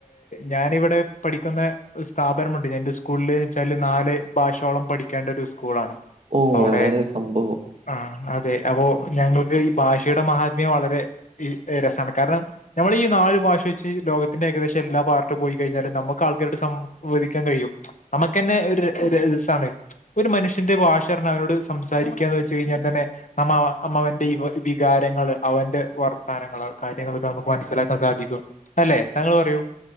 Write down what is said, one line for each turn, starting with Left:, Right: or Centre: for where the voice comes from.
Left: ഞാനിവിടെ പഠിക്കുന്നെ സ്ഥാപനമുണ്ട്. ഞാ ന്റെ സ്കൂളിൽ ച്ചാല് നാല് ഭാഷയോളം പഠിക്കേണ്ട ഒരു സ്കൂളാണ്.
Right: ഓഹ്
Left: അവിടെ
Right: വളരെ സംഭവം
Left: ആഹ് അതെ അപ്പോ ഞങ്ങൾക്ക് ഈ ഭാഷയുടെ മഹാത്മ്യം വളരെ രസാണ് കാരണം നമ്മള് ഈ നാല് ഭാഷ വെച്ച് ലോകത്തിന്റെ ഏകദേശ എല്ലാ പാർട്ട്‌ പോയി കഴിഞ്ഞാലും നമുക്ക് ആൾക്കാരോട് സം വദിക്കാൻ കഴിയും. നമുക്ക്ന്നെ ഒരു ഒര് രസാണ്. ഒരു മനുഷ്യന്റെ ഭാഷാർഞ്ഞ അവനോട് സംസാരിക്കാന്ന് വെച്ച് കയിഞ്ഞാ തന്നെ നമ്മ അവ അമ്മ അവന്റെ വികാരങ്ങള് അവന്റെ വർ ത്താനങ്ങള്, കാര്യങ്ങളൊക്കെ നമുക്ക് മനസ്സിലാക്കാൻ സാധിക്കും. അല്ലെ താങ്കൾ പറയൂ